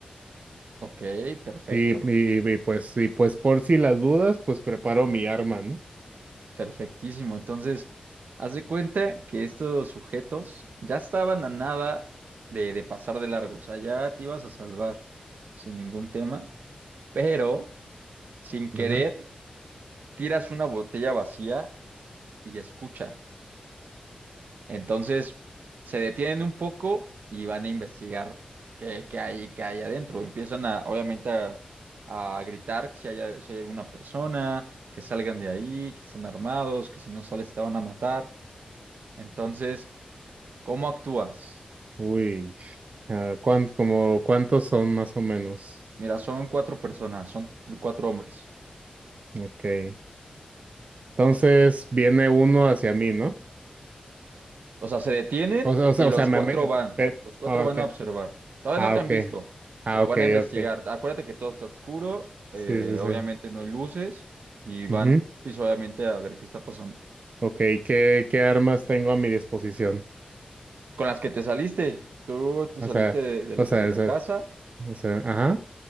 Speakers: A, on the right (about 80°); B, on the right (about 55°).
A: Ok, perfecto,
B: Y, y, y, pues, y pues por si las dudas, pues preparo mi arma, ¿no?
A: perfectísimo. Entonces, haz de cuenta que estos sujetos ya estaban a nada de, de pasar de largo, o sea, ya te ibas a salvar sin ningún tema, pero sin querer
B: Ajá.
A: tiras una botella vacía y escuchan. Entonces se detienen un poco y van a investigar qué, qué hay, qué hay adentro. Empiezan a, obviamente, a, a gritar si hay, si hay alguna persona, que salgan de ahí, que están armados, que si no sales te van a matar. Entonces, ¿cómo actúas?
B: Uy, ah, cuán- como cuántos son más o menos?
A: Mira, son cuatro personas, son cuatro hombres.
B: Ok. Entonces viene uno hacia mí, ¿no?
A: O sea, se detienen
B: O sea, o sea,
A: y
B: o
A: los
B: sea, me,
A: cuatro
B: me-
A: van.
B: pero-
A: Los cuatro
B: ah,
A: van
B: ok.
A: a observar. Todavía
B: Ah,
A: no te
B: ok.
A: han visto,
B: Ah,
A: pero
B: ok,
A: van a investigar.
B: ok.
A: Acuérdate que todo está oscuro, eh,
B: Sí, sí, sí.
A: obviamente no hay luces y van,
B: Ujú.
A: pues obviamente, a ver qué está pasando.
B: Ok, ¿qué, qué armas tengo a mi disposición?
A: Con las que te saliste, tú te
B: O
A: saliste
B: sea,
A: de, de-
B: o sea,
A: de la
B: o sea,
A: casa
B: o sea, ajá.